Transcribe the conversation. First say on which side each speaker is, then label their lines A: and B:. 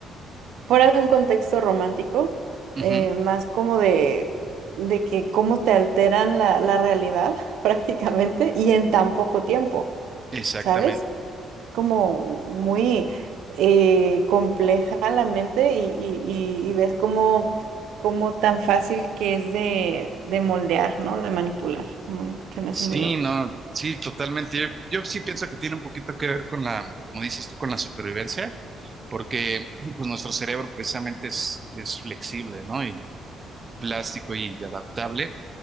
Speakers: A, on the right; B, on the right.
A: fuera de un contexto romántico,
B: ujú,
A: eh, más como de, de que cómo te alteran la, la realidad <laughs> prácticamente y en tan poco tiempo,
B: Exactamente.
A: ¿sabes? Como muy eh, compleja la mente y, y- y- y ves cómo, cómo tan fácil que es de, de moldear, ¿no? De manipular. Muy, se me hace
B: Sí,
A: muy loco.
B: no, sí, totalmente. Yo, yo sí pienso que tiene un poquito que ver con la, como dices tú, con la supervivencia, porque pues nuestro cerebro precisamente es, es flexible, ¿no? Y plástico y adaptable,